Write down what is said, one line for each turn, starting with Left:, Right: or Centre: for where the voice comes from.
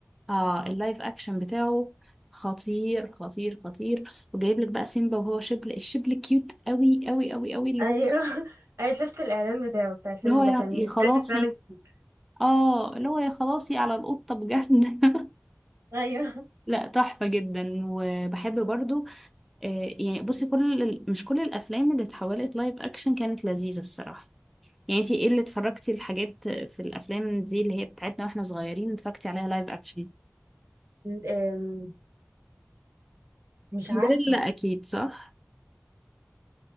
Centre: اه اللايف أكشن بتاعه خطير خطير خطير وجايب لك بقى سيمبا وهو شبل الشبل كيوت قوي قوي قوي قوي اللي
Right: ايوه
Centre: هو
Right: <laughs> ايوه شفت الاعلان بتاعه بتاع الفيلم
Centre: اللي هو يا
Right: ده كان
Centre: يا
Right: الفيلم
Centre: خلاصي
Right: فعلا كتير.
Centre: اه اللي هو يا خلاصي على القطة بجد <laughs>
Right: ايوه
Centre: لا تحفة جدا وبحب برضو آه، يعني بصي كل ال- مش كل الافلام اللي اتحولت لايف اكشن كانت لذيذه الصراحه يعني انتي ايه اللي اتفرجتي الحاجات في الافلام دي اللي هي بتاعتنا واحنا صغيرين اتفرجتي عليها لايف اكشن
Right: أم، مش
Centre: سندريلا
Right: عارفه
Centre: اكيد صح